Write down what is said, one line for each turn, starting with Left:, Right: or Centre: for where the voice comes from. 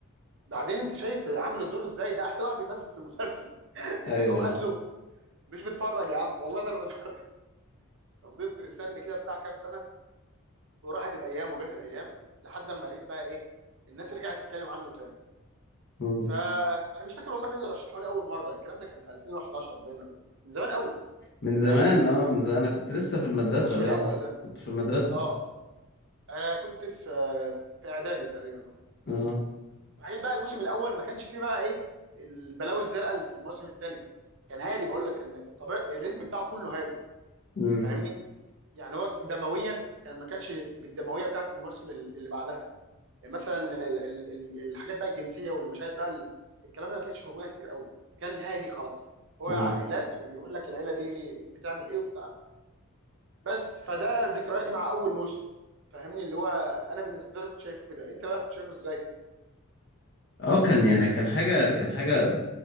Right: بعدين انت شايف عامل الدور ازاي ده احسن واحد بيمثل في المسلسل <laughs> انت
Left: ايوه
Right: تقوم قاتله مش بتفرج يا عم والله ما انا بتفرج <laughs> ففضلت مستني كده بتاع كام سنه وراحت الايام وجت الايام لحد ما لقيت بقى ايه الناس رجعت تتكلم عنه تاني
Left: آه.
Right: فانا مش فاكر والله مين اللي رشحه لي اول مره الكلام ده كان في 2011 باين ولا من زمان قوي
Left: من زمان
Right: فاهم
Left: اه من زمان انا كنت لسه في المدرسة
Right: الموسم
Left: باين
Right: الاول ده
Left: كنت في المدرسة
Right: اه انا كنت في في اعدادي تقريبا
Left: اه
Right: بعدين بقى الموسم الاول ما كانش فيه بقى ايه البلاوي الزرقاء اللي في الموسم الثاني كان هادي بقول لك كان طبيعي الريتم بتاعه كله هادي
Left: امم
Right: فاهمني يعني هو دمويا كان ما كانش بالدمويه بتاعت الموسم اللي بعدها يعني مثلا ال- ال- ال- الحاجات بقى الجنسيه والمشاهد بقى ال- الكلام ده ما كانش موجوده كتير قوي كان هادي خالص هو
Left: امم
Right: عائلات وبيقول لك العيله دي بتعمل ايه وبتاع بس فده ذكرياتي مع اول موسم فاهمني اللي هو انا بالنسبه لي كنت شايفه كده انت بقى كنت شايفه ازاي
Left: اه كان يعني كان حاجة كان حاجة